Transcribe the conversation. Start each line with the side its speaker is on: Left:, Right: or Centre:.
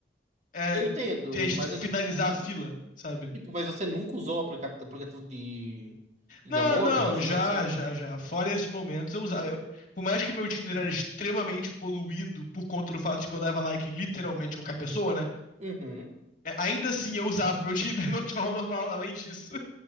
Left: é,
Right: eu entendo,
Left: a gente
Right: mas
Left: finalizar
Right: eu digo,
Left: a fila, sabe?
Right: tipo, mas você nunca usou o aplica- aplicativo de, de
Left: Não,
Right: namoro,
Left: não,
Right: de relacionamento,
Left: já,
Right: essas coisas
Left: já,
Right: assim?
Left: já. Fora esse momento, eu usava. eu- por mais que meu Tinder era extremamente poluído por conta do fato de que eu dava like em literalmente qualquer pessoa, né?
Right: Uhum.
Left: É, ainda assim eu usava o meu Tinder <laughs> de forma normal, além disso.